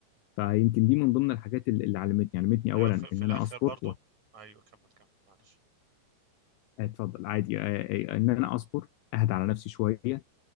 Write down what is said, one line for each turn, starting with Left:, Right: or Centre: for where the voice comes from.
Left: فيمكن دي من ضمن الحاجات اللي اللي علمتني علمتني أولا
Right: ايوه في, في
Left: إن
Right: الاخر
Left: أنا أصبر
Right: برضو
Left: و...
Right: ايوه كمل كمل معلش
Left: اتفضل عادي آه، آه، إن أنا أصبر أهدى على نفسي شوية